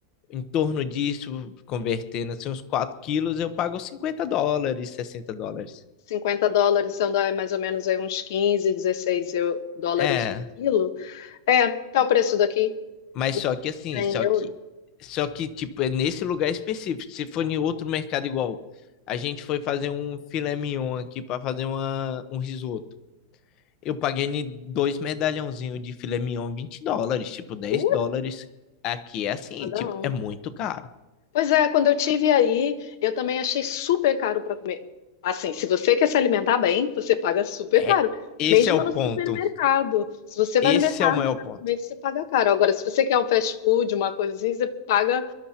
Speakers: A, on the left (about 30°); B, on the left (about 55°).
A: em torno disso, convertendo assim, uns 4 quilos, eu pago 50 dólares, 60 dólares.
B: cinquenta dólares, são dá mais ou menos aí uns 15 16 eu- dólares
A: É,
B: o quilo. É, tá o preço daqui.
A: mas
B: E
A: só que assim,
B: 100
A: só
B: euros.
A: que, só que, tipo, é nesse lugar específico. Se for em outro mercado igual, a gente foi fazer um filé mignon aqui para fazer uma, um risoto. Eu paguei em dois medalhãozinhos de filé mignon, 20 dólares, tipo, dez
B: Uh,
A: dólares. Aqui é assim,
B: cada
A: tipo,
B: um.
A: é muito caro.
B: Pois é, quando eu tive aí, eu também achei super caro para comer. Assim, se você quer se alimentar bem, você paga super
A: É,
B: caro,
A: esse
B: mesmo
A: é o
B: no supermercado.
A: ponto.
B: Se você vai
A: Esse
B: no mercado
A: é o maior
B: para
A: ponto.
B: comer, você paga caro. Agora, se você quer um fast food, uma coisa assim, você paga